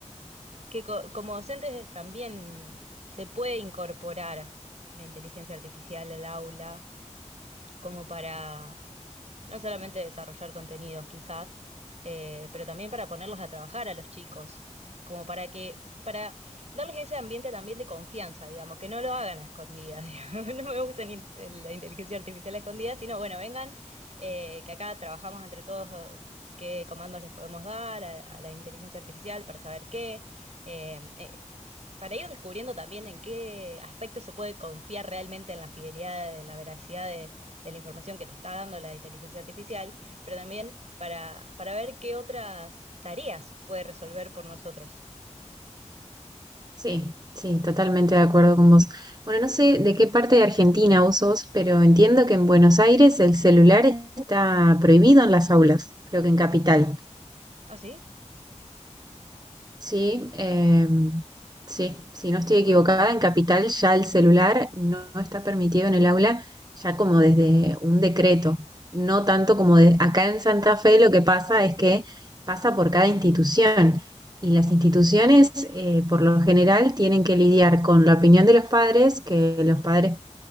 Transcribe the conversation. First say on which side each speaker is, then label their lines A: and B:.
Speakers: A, on the right (about 60°); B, on the right (about 30°).
A: que co- como docentes también se puede incorporar la inteligencia artificial al aula como para no solamente desarrollar contenidos quizás, eh, pero también para ponerlos a trabajar a los chicos, como para que, para darles ese ambiente también de confianza, digamos, que no lo hagan a escondidas, <laughs> digamos. No me usen in- la inteligencia artificial a escondidas, sino bueno, vengan, eh, que acá trabajamos entre todos eh, qué comandos les podemos dar a, a la inteligencia artificial para saber qué. eh, eh, para ir descubriendo también en qué aspecto se puede confiar realmente en la fidelidad, en la veracidad de la información que te está dando la inteligencia artificial, pero también para, para ver qué otras tareas puede resolver por nosotros.
B: Sí, sí, totalmente de acuerdo con vos. Bueno, no sé de qué parte de Argentina vos sos, pero entiendo que en Buenos Aires el celular está prohibido en las aulas, creo que en Capital.
A: ¿Ah, sí?
B: Sí, em, sí, si no estoy equivocada, en Capital ya el celular no está permitido en el aula, ya como desde un decreto, no tanto como de, acá en Santa Fe lo que pasa es que pasa por cada institución y las instituciones eh, por lo general tienen que lidiar con la opinión de los padres, que los padres